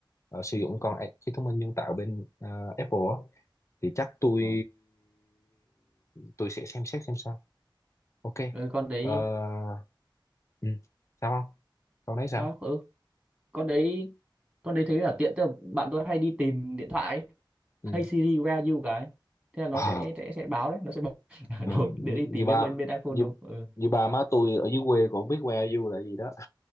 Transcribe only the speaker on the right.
ừ.
Ừ, con đấy
đó, ừ. con đấy con đấy thấy là tiện tức là bạn tôi hay đi tìm điện thoại ấy.
Hey Siri where are you cái thế là nó
sẽ sẽ sẽ báo đấy nó sẽ báo <laughs> ở
đâu
để đi
tìm
bên bên bên iPhone
nó ừ.